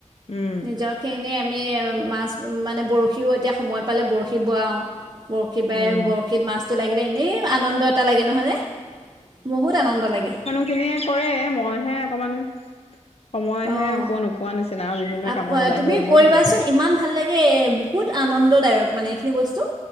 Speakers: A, on the left; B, on the right.
A: উম,
B: নিজৰ খিনি আমি মাছ মানে বৰশীও এতিয়া সময় পালে বৰশী বোৱাওঁ বৰশী বাই
A: উম।
B: বৰশীত মাছটো লাগিলে এনেই আনন্দত <unintelligible> এটা লাগে নহয়নে, বহুত আনন্দ লাগে।
A: স <unintelligible> খিনিয়ে কৰে, মইহে অকমান, সময়হে
B: অঁ
A: পোৱা নোপ পোৱা নিচিনা, বিভিন্ন
B: আপ
A: কামত
B: আ,
A: ওলাই
B: তুমি
A: কৰি গৈ
B: কৰিবাচোন
A: থাকো যে।
B: ইমান ভাল লাগে তাকে বহুত আনন্দদায়ক মানে এইখিনি বস্তু,